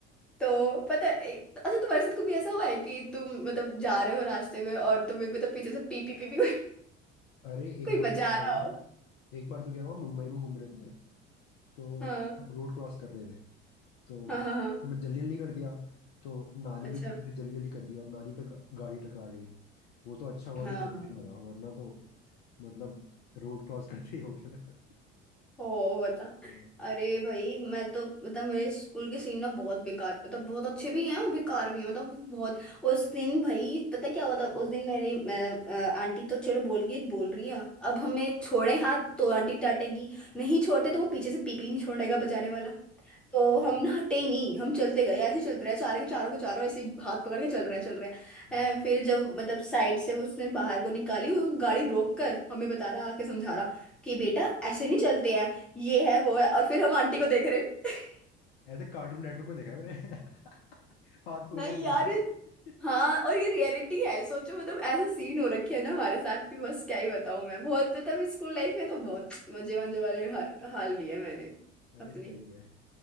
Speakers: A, in the centre; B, on the left (about 60°).
A: तो पता है एक- तो- अच्छा तुम्हारे साथ कभी ऐसा हुआ है कि तुम मतलब जा रहे हो रास्ते में और तुम्हें मतलब पीछे से पी पी पी, पी कोई
B: अरे एक
A: कोई
B: बार
A: बजा
B: तो क्या
A: रहा
B: हुआ
A: हो
B: एक बार तो क्या हुआ मुंबई में घूम रहे थे तो
A: हाँ
B: हम रोड क्रॉस कर रहे थे तो
A: हाँ हाँ हाँ
B: ऐसे मैं जल्दी जल्दी कर दिया तो नानी
A: अच्छा
B: भी पीछे से जल्दी जल्दी कर दी और नानी पे गा, गाड़ी टकरा गई वो तो अच्छा हुआ
A: हाँ
B: कि डोंट
A: हाँ
B: लगा वरना तो मतलब रोड क्रॉस करते ही हो गया था
A: ओ बता
B: <laughs> हाँ
A: अरे भाई मैं तो मतलब मेरे स्कूल के सीन ना बहुत बेकार मतलब बहुत अच्छे भी हैं और बेकार भी हैं मतलब बहुत उस दिन भाई पता क्या हुआ था उस दिन मेरी मैं, अ, आंटी तो चलो बोल गई बोल रही है अब हमें छोड़े हाथ तो आंटी डांटेगी नहीं छोड़ते तो वो पीछे से पीपी नहीं छोड़ेगा बजाने वाला तो
B: हाँ
A: हम ना हटे ही नहीं हम चलते गए ऐसे ही चलते रहे चारों के चारों के चारों ऐसे ही हाथ पकड़ के चल रहे हैं चल रहे
B: हाँ।
A: हैं अ, फिर जब मतलब साइड से वो उसने बाहर को निकाली वो गाड़ी रोक कर हमें बता रहा आके समझा रहा कि बेटा ऐसे नहीं चलते हैं ये है वो है और फिर हम आंटी को देख रहे <laughs>
B: ऐसे कार्टून नेटवर्क में देखा है मैंने <laughs> हाथ पकड़
A: नहीं
B: के चल
A: यार
B: गए
A: ये- हाँ
B: <laughs>
A: और ये रियलिटी है सोचो मतलब ऐसा सीन हो रखे है ना हमारे साथ कि बस क्या ही बताऊं मैं बहुत तब स्कूल लाइफ में तो बहुत मजे मजे वाले हा- हाल लिए मैंने
B: अरे
A: अपने
B: सही है